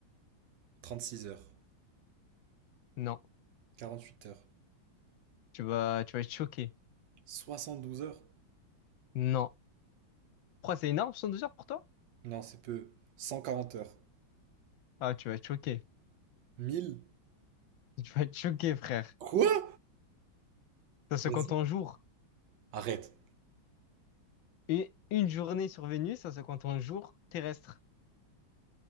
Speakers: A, on the right; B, on the left.
A: trente six heures.
B: Non.
A: quarante huit heures.
B: Tu vas, tu vas être choqué.
A: soixante douze heures?
B: Non. Pourquoi c'est énorme, 112 heures pour toi?
A: Non, c'est peu. cent quarante heures.
B: Ah, tu vas être choqué.
A: mille
B: <laughs> Tu vas être choqué, frère.
A: Quoi?
B: Ça se
A: Vas-y.
B: compte en jours.
A: Arrête.
B: Une une journée sur Vénus, ça se compte en jours terrestres.